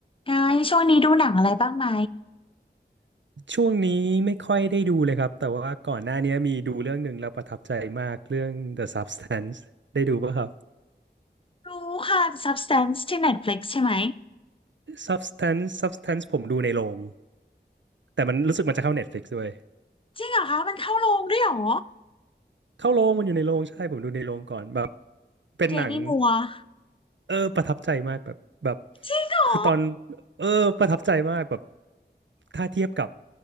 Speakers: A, on the left; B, on the right.
A: ไงช่วงนี้ดูหนังอะไรบ้างไหม
B: ช่วงนี้ไม่ค่อยได้ดูเลยครับแต่ว่าก่อนหน้านี้มีดูเรื่องหนึ่งแล้วประทับใจมากเรื่อง The Substance ได้ดูป่ะครับ
A: ดูค่ะ Substance ที่ Netflix ใช่ไหม
B: Substance Substance ผมดูในโรงแต่มันรู้สึกมันจะเข้า Netflix ด้วย
A: จริงเหรอคะมันเข้าโรงด้วยเหรอ
B: เข้าโรงมันอยู่ในโรงใช่ผมดูในโรงก่อนแบบเป็นหนัง
A: เดมี่มัวร์
B: เออประทับใจมากแบบแบบ
A: จริงเหรอ
B: คือตอนเออประทับใจมากแบบถ้าเทียบกับ